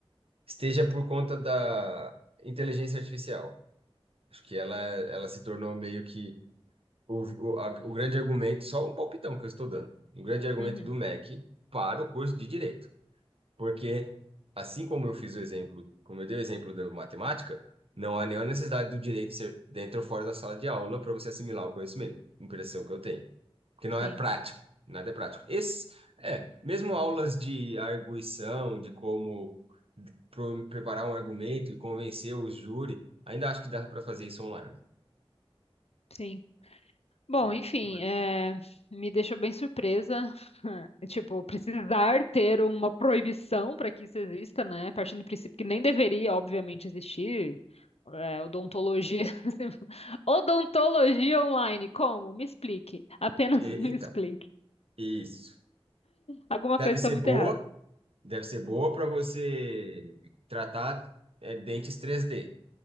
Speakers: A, on the right (about 70°); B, on the left (about 85°).
A: esteja por conta da inteligência artificial. Acho que ela, ela se tornou meio que o, o, a- o grande argumento, só um palpitão que eu estou dando, um grande argumento
B: Uhum,
A: do MEC para o curso de direito. Porque, assim como eu fiz o exemplo, como eu dei o exemplo da matemática, não há nenhuma necessidade do direito ser dentro ou fora da sala de aula para você assimilar o conhecimento. Impressão que eu tenho. Porque não
B: sim,
A: é prático, nada é prático. Esse, é, mesmo aulas de arguição, de como pro- preparar um argumento e convencer o júri, ainda acho que dá para fazer isso online.
B: sim. Bom,
A: É,
B: enfim,
A: mas,
B: é, me deixou bem surpresa, <laughs> tipo, precisar ter uma proibição para que isso exista, né? Partindo do princípio que nem deveria, obviamente, existir. É, odontologia. <laughs> Odontologia online, como? Me explique. Apenas
A: e-
B: <laughs> me
A: então,
B: explique.
A: isso.
B: Alguma
A: Deve
B: coisa está
A: ser
B: muito
A: boa,
B: errada.
A: deve ser boa para você tratar é, dentes três d